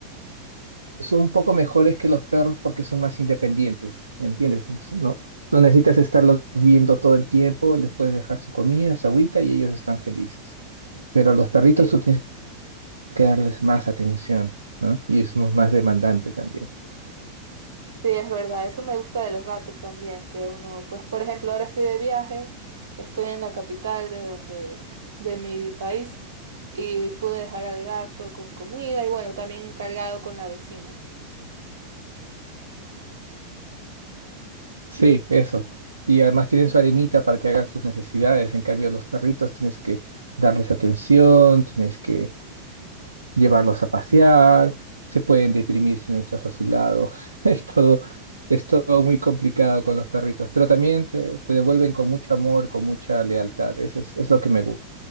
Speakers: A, on the right; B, on the right.
A: son un poco mejores que los perros porque son más independientes, ¿me entiendes? No, no, no necesitas estarlos viendo todo el tiempo, les puedes dejar su comida, su agüita y ellos están felices. Pero a los perritos
B: Sí,
A: tú tienes que darles más atención, ¿no? Y es más demandante también.
B: sí, es verdad, eso me gusta de los gatos también, que uno, pues por ejemplo, ahora estoy de viaje, estoy en la capital de donde, de mi país y pude dejar al gato con comida y bueno, también encargado con la vecina.
A: Sí, eso. Y además tienen su arenita para que hagan sus necesidades. En cambio, los perritos tienes que darles atención, tienes que llevarlos a pasear, se pueden deprimir si no estás a su lado. <laughs> Es todo, es todo muy complicado con los perritos, pero también te, te devuelven con mucho amor, con mucha lealtad. Eso es, es lo que me gu-